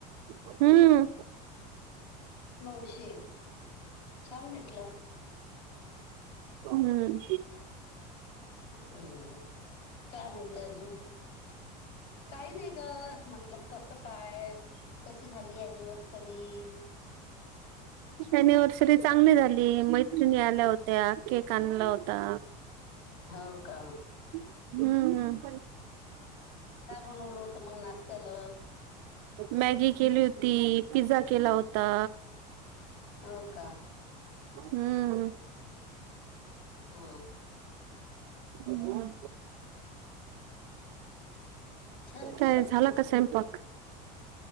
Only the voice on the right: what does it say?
हम्म
हम्म.
अनिव्हर्सरी चांगली झाली मैत्रिणी आल्या होत्या केक आणला होता.
हम्म ह.
मॅगी केली होती, पिझ्झा केला होता.
हम्म.
हम्म.
काय झाला
का स्वयंपाक?